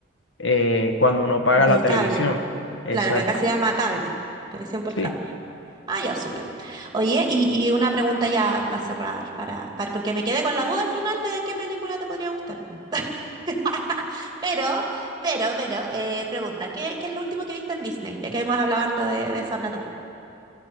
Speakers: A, on the left (about 70°); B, on the right (about 20°).
A: eh, cuando uno paga
B: de
A: la televisión.
B: cable.
A: Exacto.
B: Claro, que acá se llama cable, televisión por
A: Sí.
B: cable. Ah, ya, súper. Oye, y, y una pregunta ya para cerrar, para, para, porque me quedé con la duda al final de qué película te podría gustar. po. <laughs> Pero, pero, pero, eh, pregunta, ¿qué, qué es lo último que viste en Disney? Ya que hemos hablado harto de, de esa plataforma.